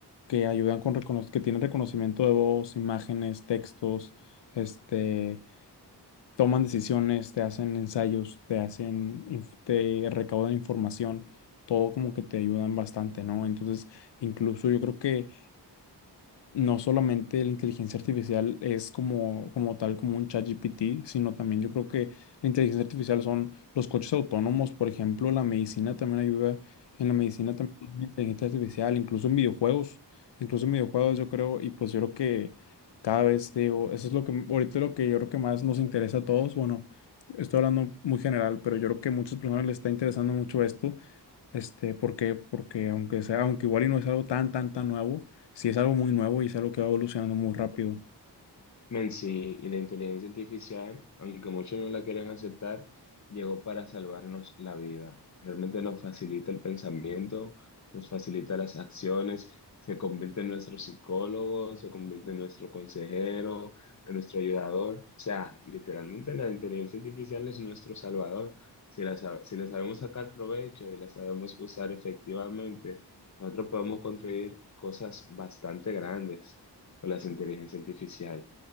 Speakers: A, on the left; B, on the left.
A: que ayudan con recono- que tienen reconocimiento de voz, imágenes, textos, este, toman decisiones, te hacen ensayos, te hacen, inf- te recaudan información, todo como que te ayudan bastante, ¿no? Entonces, incluso yo creo que no solamente la inteligencia artificial es como, como tal, como un ChatGPT, sino también yo creo que la inteligencia artificial son los coches autónomos, por ejemplo, la medicina también ayuda, en la medicina también hay una inteligencia artificial, incluso en videojuegos, incluso en videojuegos yo creo, y pues yo creo que cada vez digo, eso es lo que ahorita lo que yo creo que más nos interesa a todos, bueno, estoy hablando muy general, pero yo creo que a muchas personas les está interesando mucho esto este, porque, porque aunque sea, aunque igual y no es algo tan, tan, tan nuevo, sí es algo muy nuevo y es algo que va evolucionando muy rápido.
B: Men, sí, y la inteligencia artificial, aunque muchos no la quieran aceptar, llegó para salvarnos la vida. Realmente nos facilita el pensamiento, nos facilita las acciones, se convierte en nuestro psicólogo, se convierte en nuestro consejero, en nuestro ayudador. O sea, literalmente la inteligencia artificial es nuestro salvador. Si la, sa- si le sabemos sacar provecho y la sabemos usar efectivamente, nosotros podemos construir cosas bastante grandes con la inteligencia artificial.